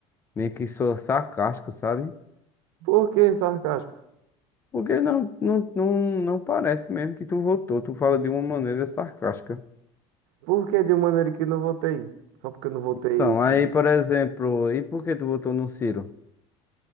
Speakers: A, on the left; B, on the right.
A: meio que sou sarcástico, sabe?
B: Por que sarcástico?
A: Porque não, não, não, não parece mesmo que tu votou. Tu fala de uma maneira sarcástica.
B: Por que de uma maneira que não votei? Só porque eu não votei.
A: Então,
B: Ciro.
A: aí, por exemplo, e por que tu votou no Ciro?